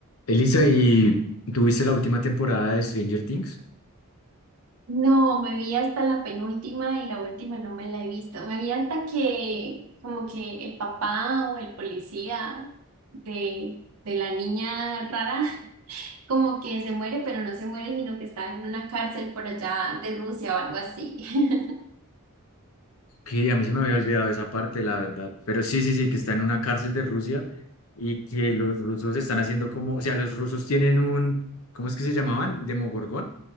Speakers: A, on the left; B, on the right.
A: Elisa, ¿y tuviste la última temporada de Stranger Things?
B: No, me vi hasta la penúltima y la última no me la he visto. Me vi hasta que como que el papá o el policía de, de la niña rara <laughs> como que se muere, pero no se muere, sino que está en una cárcel por allá de Rusia o algo así. <laughs>
A: Que a mí se me había olvidado esa parte, la verdad. Pero sí, sí, sí, que está en una cárcel de Rusia y que los rusos están haciendo como, o sea, los rusos tienen un, ¿cómo es que se llamaban? Demogorgón,